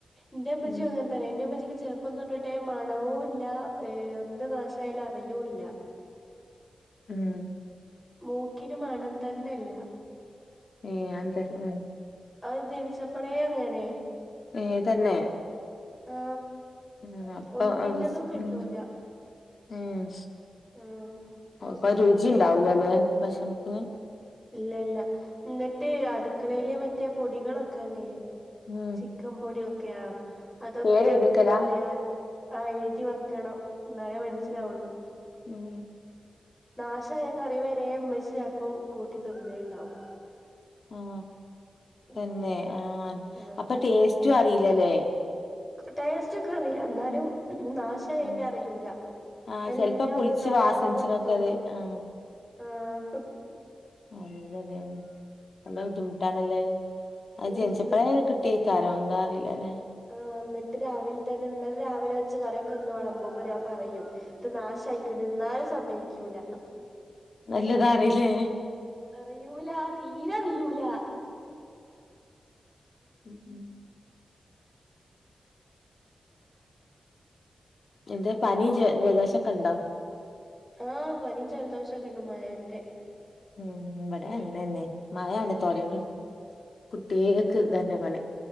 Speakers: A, in the centre; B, on the left.
A: എന്റെ ഉമ്മച്ചി
B: ഉം
A: അങ്ങനെ തന്നെ എന്റെ ഉമ്മച്ചക്ക് ചെ ഇപ്പൊന്ന് ഇട്ടിട്ടെ മണവും ഇല്ല ഏ എന്ത് നാശായാലും അറിയൂല്ല
B: ഉം
A: മൂക്കിനും മണം തന്നെയില്ല
B: ഏ <unintelligible>
A: അത് ജനിച്ചപ്പളേ അങ്ങനെ
B: ഏ തന്നെ
A: ആ
B: ആഹ് അപ്പൊ
A: ഒന്നിന്റേതും കിട്ടൂല
B: ഉം ഉം
A: ആഹ്
B: ഇപ്പൊ
A: എന്നിട്ട്
B: രുചി ഉണ്ടാവൂലല്ലേ ഭക്ഷണത്തിന്
A: ഇല്ല ഇല്ല എന്നിട്ട് അടുക്കളയിലെ മറ്റേ പൊടികളൊക്കെ അല്ലേ
B: ഉം
A: ചിക്കൻ പൊടൊക്കെയാ അതൊക്കെ
B: പേര് എഴുതിക്കലാ
A: എന്താ പറയാ ആ എഴുതി വെക്കണം എന്നാലേ മനസ്സിലാവുള്ളു
B: ഉം ഉം
A: നാശായ കറി വരെ ഉമ്മച്ച് ചെലപ്പം കൂട്ടി തിന്നനുണ്ടാവും
B: ആ തന്നെ
A: ഉം
B: ആ
A: ആഹ്
B: അപ്പൊ ടേസ്റ്റും അറിയില്ലല്ലേ
A: ടേസ്റ്റ് ഒക്കെ അറിയാം എന്നാലും നാശായന്റെ
B: ഉം
A: അറിയൂല
B: ആഹ്
A: എല്ലാം
B: ചെലപ്പോ പുളിച്ച്
A: സാദാ
B: വാസനിച്ചണൊക്കെ
A: പോലെ തോന്നും
B: അത് ആഹ്
A: ആ.. ഹ്
B: അറിയൂലല്ലേ അത് നല്ല ബുദ്ധിമുട്ടാണല്ലേ അത്
A: ഉം
B: ജനിച്ചപ്പഴനെ
A: എന്നി
B: കിട്ടിയ കാരണം എന്താ അറിയില്ലല്ലെ
A: ആഹ് എന്നിട്ട് രാവിലെ തന്നെ ഇന്നലെ രാവിലെ വച്ച കറിയൊക്കെ ഇന്ന് വി ളമ്പുമ്പോ ഞാൻ പറയും ഇത് നാശവാ യിക്കി എന്നലും സമ്മയിക്കൂല
B: നല്ലതാ അറിയില്ലേ
A: അറിയൂല തീരെ അറിയൂല
B: ഉം ഉം എന്ത് പനിയും ജലധോഷവുമൊക്കെ ഉണ്ടോ
A: ആ പനിയും ജലദോഷവുമൊക്കെ ഉണ്ട് മഴേന്റെ
B: ഉം ഇവിടേം അങ്ങനെ തന്നെ മഴാണ് തുടങ്ങി
A: ആഹ്
B: കുട്ടികൾക്ക്
A: ആഹ്
B: ഇത് തന്നെ പണി